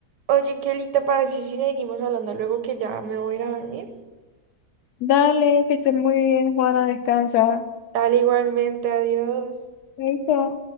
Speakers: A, on the right; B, on the left.
A: oye, Kelly, ¿te parece si seguimos hablando luego que ya me voy a ir a dormir?
B: Dale, que estés muy bien, Juana, descansa.
A: Dale igualmente, adiós.
B: Ahí está.